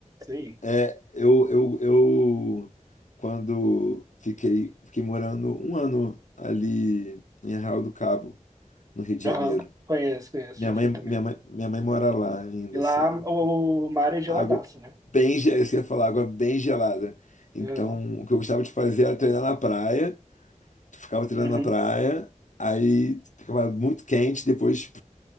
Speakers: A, on the right; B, on the left.
A: sim.
B: É, eu, eu, eu quando fiquei, fiquei morando um ano ali em Arraial do Cabo, no Rio de
A: Aham.
B: Janeiro.
A: Conheço, conheço,
B: Minha
A: já
B: mãe,
A: fui
B: minha
A: também.
B: mãe, minha mãe mora lá ainda,
A: E
B: assim.
A: lá o o mar é geladaço,
B: Água
A: né?
B: bem, ge- isso que eu ia falar, água bem gelada. Então,
A: Aham.
B: o que eu gostava de fazer era treinar na praia. Ficava treinando
A: Uhum.
B: na praia, aí ficava muito quente, depois.